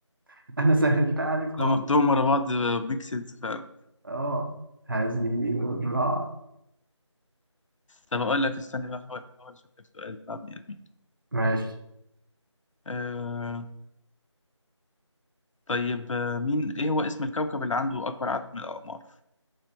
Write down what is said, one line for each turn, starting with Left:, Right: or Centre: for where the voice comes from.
Right: <laughs> انا سهلتها عليك خالص
Left: لما قلتهم ورا بعض ميكسز فعلا
Right: اه هزيم الرعد
Left: طب اقول لك استنى بقى احاول احاول اشوف لك سؤال بتاع بني ادمين
Right: ماشي
Left: آه طيب آه، مين ايه هو اسم الكوكب اللي عنده اكبر عدد من الاقمار